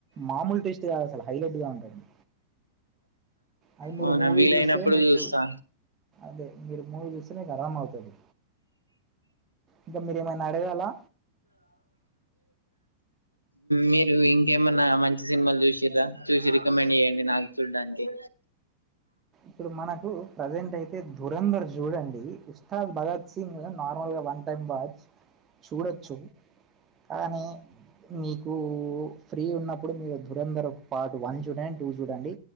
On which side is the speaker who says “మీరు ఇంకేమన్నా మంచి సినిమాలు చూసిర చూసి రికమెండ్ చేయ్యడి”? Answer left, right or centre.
Left